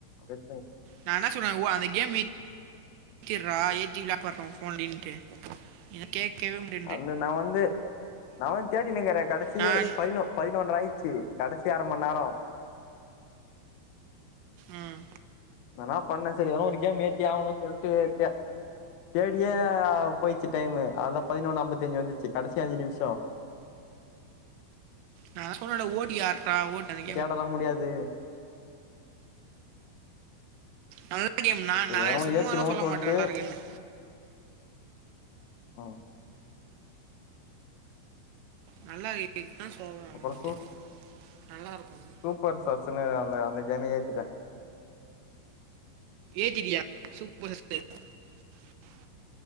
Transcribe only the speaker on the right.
நா என்ன சொல்ற ஓ அந்த கேம் மெய்க் ஏத்திற்றா ஏத்தி விளாட்பார்டு உன் ஃபோன்லேன்ட்டு இத கேட்கவே முடி
நான்
உம்
நா சொன்னல்ல ஓட்டி ஆர்டா ஓட்டு அன்னக்கே
நல்ல கேம் நா
நா
சும்மாலா
சொல்ல
மாட்டே நல்லா இருக்குன்டு
நல்லாஇருக்கி இதுக்குதா சொல்ற
நா உகிட்ட நல்லா இருக்கு
ஏத்திட்டயா சூப்பர் <unintelligible>